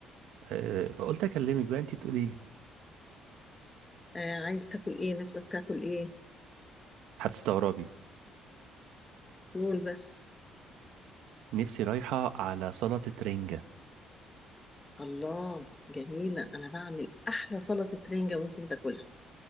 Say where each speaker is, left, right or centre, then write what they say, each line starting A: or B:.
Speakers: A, on the right (about 80°); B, on the left (about 15°).
A: أه، فقلت اكلمك بقى انتي تقولي لي
B: آه عايز تاكل ايه نفسك تاكل ايه
A: هتستغربي
B: قول بس
A: نفسي رايحه على سلطه رنجه
B: الله جميلة انا بعمل احلى سلطة رنجة ممكن تاكلها